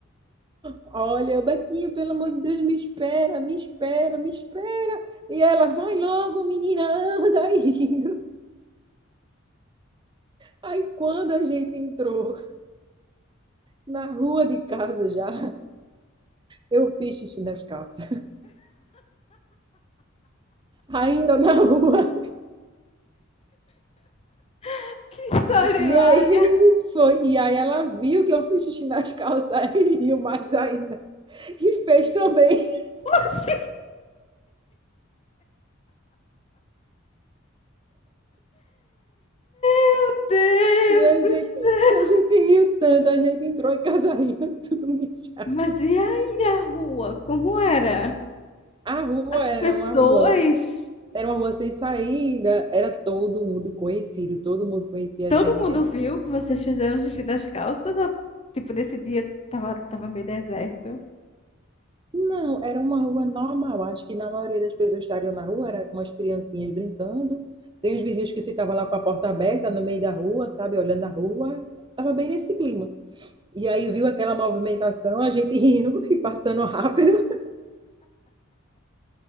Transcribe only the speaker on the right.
Olha, eu, Betinha, pelo amor de Deus, me espera, me espera, me espera. E ela, vai logo, menina, anda aí. <laughs> Aí quando a gente entrou na rua de casa já, eu fiz xixi nas calças. Ainda na rua.
E
aí foi. E aí ela viu que eu fiz xixi nas calças <laughs> e riu mais ainda. E fez também.
E a
gente,
a gente riu tanto, a gente entrou em casa <laughs> rindo, tudo mijado.
A rua
era
uma rua, era uma rua sem saída, era todo mundo conhecido, todo mundo conhecia
a gente,
né?
Não, era uma rua normal. Acho que na maioria das pessoas estariam na rua, era com umas criancinhas brincando. Tem os vizinhos que ficavam lá com a porta aberta no meio da rua, sabe, olhando a rua. Tava bem nesse clima. E aí viu aquela movimentação, a gente <laughs> rindo e passando rápido.